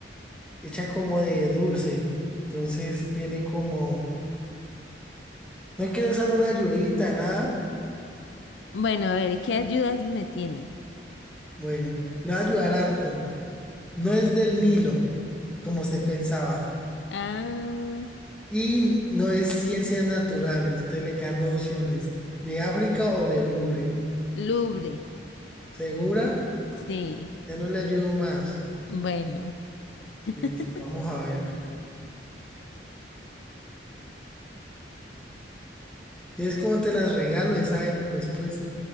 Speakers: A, in the centre; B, on the left.
A: hecha como de dulce. Entonces tiene como, no quiero usar una ayudita, nada.
B: Bueno, a ver, ¿qué ayudas me tiene?
A: Bueno, lo va a ayudar harto. No es del Nilo, como se pensaba,
B: Ah,
A: y no es ciencias naturales. Entonces le quedan dos opciones, de África o del Louvre.
B: Louvre.
A: ¿Segura?
B: Sí.
A: Ya no le ayudo más.
B: Bueno. <laughs>
A: Listo, vamos a ver. Si es como te las regalo, esa es la respuesta.